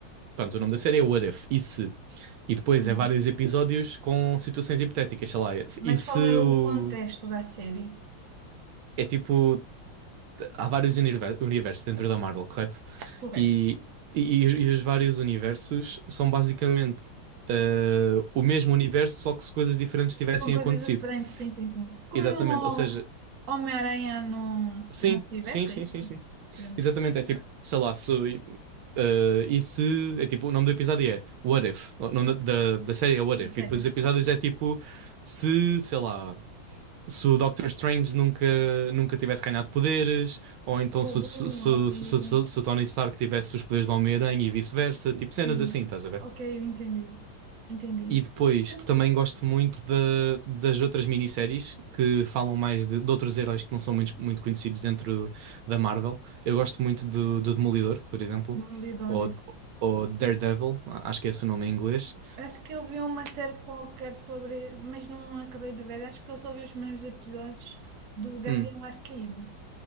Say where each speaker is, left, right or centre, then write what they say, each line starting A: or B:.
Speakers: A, on the right; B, on the right.
A: Pronto, o nome da série é What If. E se? E depois
B: Hum.
A: é vários episódios com situações hipotéticas, sei lá. E
B: Mas
A: se
B: qual é
A: o.
B: o contexto da série?
A: É tipo. há vários univer- universos dentro da Marvel, correto?
B: Se correto.
A: E, e, e os vários universos são basicamente eh, o mesmo universo, só que se coisas diferentes tivessem
B: Com coisas
A: acontecido.
B: diferentes, sim, sim, sim. Como
A: Exatamente,
B: no
A: ou seja,
B: Homem-Aranha no
A: sim,
B: multiverso,
A: sim, sim,
B: é isso?
A: sim, sim.
B: Pronto.
A: Exatamente, é tipo, sei lá, se, eh, e se, é tipo, o nome do episódio é What If, o nome da, da, da série é What
B: Da
A: If,
B: série.
A: e depois os episódios é tipo, se, sei lá. se o Doctor Strange nunca, nunca tivesse ganhado poderes, ou então
B: Oh,
A: se,
B: boa,
A: se, se,
B: ok,
A: se,
B: ok.
A: se- se o Tony Stark tivesse os poderes do Homem-Aranha e vice-versa, tipo
B: Sim.
A: cenas assim, estás a ver?
B: Ok, eu entendi. Entendi.
A: E depois
B: Fixe.
A: também gosto muito da- das outras minisséries que falam mais de, de outros heróis que não são muito, muito conhecidos dentro da Marvel. Eu gosto muito do, do Demolidor, por exemplo,
B: Demolidor.
A: ou, ou Daredevil, acho que é esse o nome em inglês.
B: Acho que eu vi uma série qualquer sobre, mas não acabei de ver. Acho que eu só vi os primeiros episódios do Gavião
A: Hum,
B: Arqueiro,